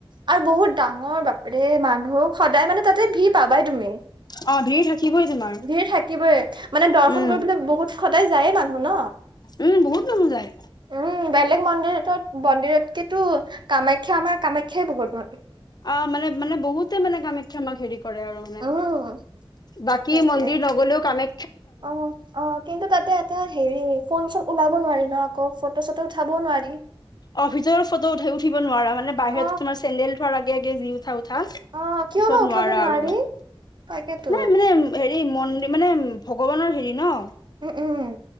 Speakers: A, on the right; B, on the left.
A: আৰু বহুত ডাঙৰ বাপেৰে মানুহক সদায় মানে তাতে ভিৰ পাবাই তুমি
B: অ ভিৰ থাকিবই তোমাৰ
A: ভিৰ থাকিবই মানে দৰ্শন
B: উম,
A: কৰিবলৈ বহুত সদায় যায়ে মানুহ ন'
B: উম, বহুত মানুহ যায়।
A: উম। বেলেগ মন্দিৰত মন্দিৰতকেতো কামাখ্যা আমাৰ কামাখ্যাই বহুত ম
B: অ', মানে মানে বহুতে মানে কামাখ্যা মাক হেৰি কৰে আৰু মানে।
A: উম
B: বাকী
A: তাকে।
B: মন্দিৰ নগলেও কামে
A: অ', অ', কিন্তু তাতে তাৰ হেৰি ফোন চব ওলাব নোৱাৰি ন' আকৌ ফটো চটো উঠাবও নোৱাৰি
B: অ', ভিতৰত ফটো উঠাই উঠিব নোৱাৰা মানে বাহিৰত
A: অ
B: তোমাৰ চেণ্ডেল থোৱাৰ আগে আগে যি ঠা
A: অ কিয়
B: পিছত
A: বা উঠাব
B: নোৱাৰা
A: নোৱাৰি
B: আৰু মানে
A: তাকেতো
B: নাই মানে হে এই ম মানে ভগৱানৰ হেৰি ন'।
A: উম, উম।